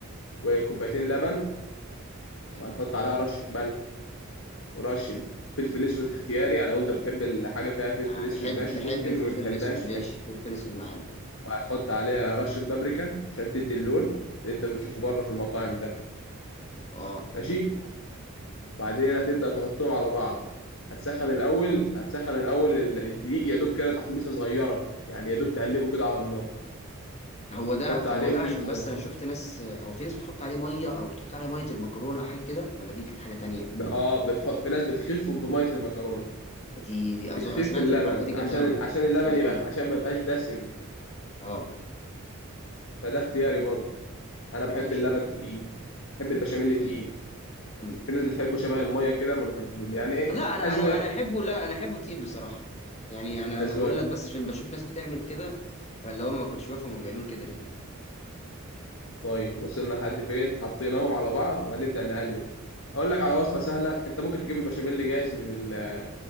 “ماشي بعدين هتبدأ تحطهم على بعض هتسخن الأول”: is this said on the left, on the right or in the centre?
Left